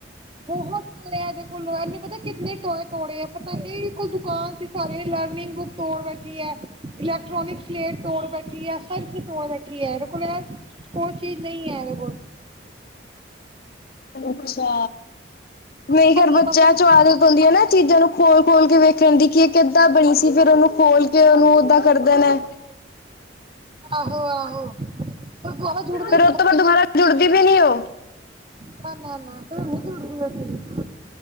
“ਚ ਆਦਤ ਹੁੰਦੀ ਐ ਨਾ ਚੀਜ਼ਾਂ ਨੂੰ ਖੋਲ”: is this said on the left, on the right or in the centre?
Left